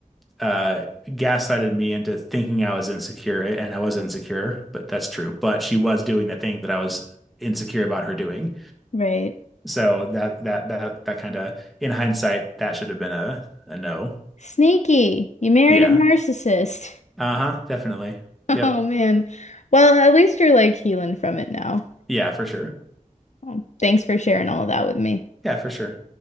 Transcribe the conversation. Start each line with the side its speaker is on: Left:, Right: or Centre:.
Centre: uh gaslighted me into thinking I was insecure, and I was insecure, but that's true. But she was doing the thing that I was insecure about her doing.
Left: Right.
Centre: So that that that that kind of in hindsight, that should have been a a no.
Left: Sneaky. You married
Centre: Yeah.
Left: a narcissist. <laughs>
Centre: Uh-huh. Definitely.
Left: Oh
Centre: Yep.
Left: man. Well, at least you're like healing from it now.
Centre: Yeah, for sure.
Left: Um, thanks for sharing all of that with me.
Centre: Yeah, for sure.